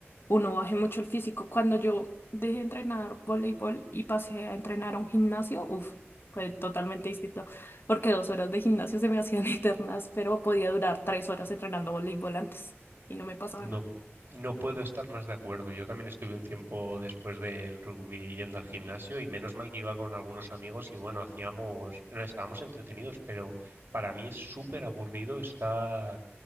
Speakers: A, on the left; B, on the right.
A: uno baje mucho el físico. Cuando yo dejé de entrenar voleibol y pasé a entrenar a un gimnasio, uff, fue totalmente distinto. Porque dos horas de gimnasio se me hacían <laughs> eternas, pero podía durar tres horas entrenando voleibol antes y no me pasaba
B: No,
A: nada.
B: no puedo estar más de acuerdo. Yo también estuve un tiempo después del rugby yendo al gimnasio y menos mal que iba con algunos amigos y bueno, hacíamos, estábamos entretenidos, pero para mí es súper aburrido estar